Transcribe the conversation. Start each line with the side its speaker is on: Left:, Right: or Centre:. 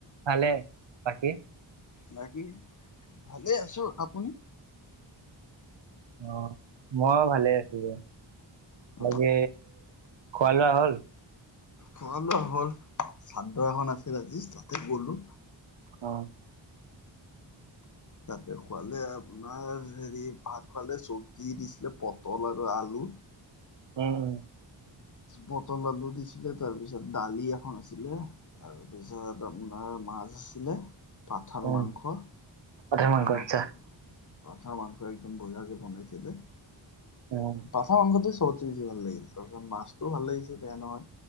Right: ভালে বাকী।
Left: বাকী ভালে আছো, আপুনি?
Right: অ' ময়ো ভালে আছো দিয়া।
Left: অ
Right: বাকী খোৱা লোৱা হ'ল।
Left: খোৱা হ'ল চাদ্ৰ এখন আছিল আজি তাতে গলোঁ।
Right: অহ'
Left: তাতে খোৱালে। আপোনাৰ হেৰি ভাত খোৱালে চব্জি দিছিলে পটল আৰু আলু।
Right: উম, উম।
Left: পটল আলু দিছিলে তাৰপিছত দালি এখন আছিলে, তাৰপিছত আপোনাৰ মাছ আছিলে। পাথাৰ
Right: উম
Left: মাংস,
Right: পঠাৰ
Left: পাথাৰ মাংস,
Right: আচ্ছা
Left: পাথাৰ মাংস। একদম বহিয়াকে বনাইছিলে, যে
Right: উম
Left: পাঠা মাংসতে চবতচে বেছি ভাল লাগিল। তাৰপিছত, মাছ ভাল লাগিছে, বেয়া নহয়